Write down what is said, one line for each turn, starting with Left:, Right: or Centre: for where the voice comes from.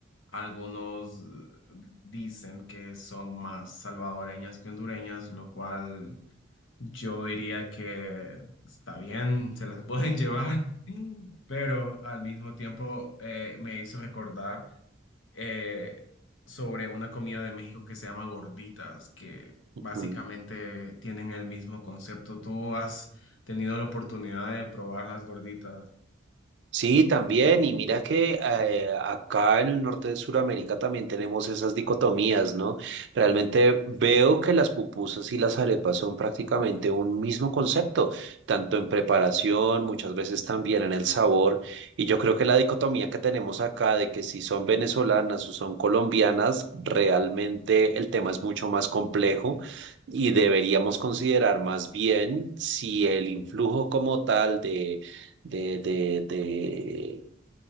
Left: algunos eh, dicen que son más salvadoreñas que hondureñas, lo cual yo diría que está bien, se las pueden llevar, <laughs> pero al mismo tiempo eh, me hizo recordar eh, sobre una comida de México que se llama gorditas, que básicamente
Right: Mm.
Left: tienen el mismo concepto. ¿Tú has tenido la oportunidad de probar las gorditas?
Right: Sí, también. Y mira que eh, acá en el norte de Sudamérica también tenemos esas dicotomías, ¿no? Realmente veo que las pupusas y las arepas son prácticamente un mismo concepto, tanto en preparación, muchas veces también en el sabor. Y yo creo que la dicotomía que tenemos acá de que si son venezolanas o son colombianas, realmente el tema es mucho más complejo y deberíamos considerar más bien si el influjo como tal de de, de, de,